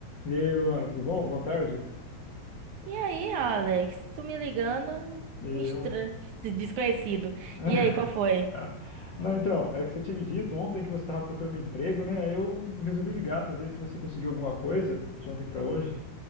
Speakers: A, on the left; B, on the right.
A: E aí, Luana, tudo bom? Boa tarde.
B: E aí, Alex, tu me ligando,
A: E
B: me estra-
A: Eu.
B: <laughs> desconhecido.
A: <laughs>
B: E aí, qual foi?
A: Não, então, é que você tinha me dito ontem que você estava procurando emprego, né? Aí Eu resolvi ligar para ver se você conseguiu alguma coisa de ontem para hoje.